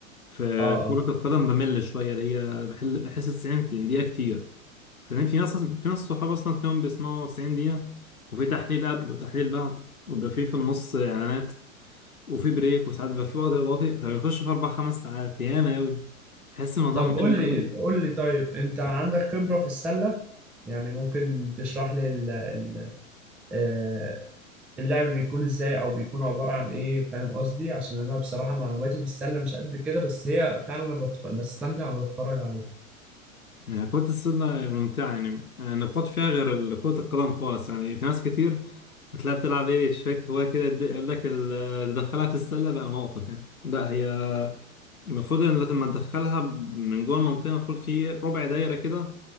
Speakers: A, on the left; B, in the centre.
A: في
B: اه اه
A: كرة القدم بمل شوية اللي هي بحل- بحس 90 دقيقة كتير فاهمين في ناس في ناس صحاب اصلا تلاقيهم بيسمعوا 90 دقيقة وفي تحليل قبل وتحليل بعد وبيبقى في في النص اعلانات وفي بريك وساعات بيبقى في وقت اضافي فبيخش في اربع خمس ساعات ياما اوي بحس الموضوع
B: طب
A: ممل
B: قول لي
A: اوي
B: قول لي طيب انت عندك خبرة في السلة يعني ممكن تشرح لي ال- ال- آه، اللعب بيكون ازاي او بيكون عبارة عن ايه فاهم قصدي عشان انا بصراحة معلوماتي في السلة مش قد كده بس هي فعلا انا بت- بستمتع وانا بتفرج عليها
A: يعني كرة السلة ممتعة يعني النقاط فيها غير ال- كرة القدم خالص يعني في ناس كتير هتلاقيها بتلعب ايه شوية هواية كده يد- يقول لك ال- تدخلها في السلة بقى نقطة يعني لا هي المفروض ان لما تدخلها من جوه المنطقة المفروض في ربع دايرة كده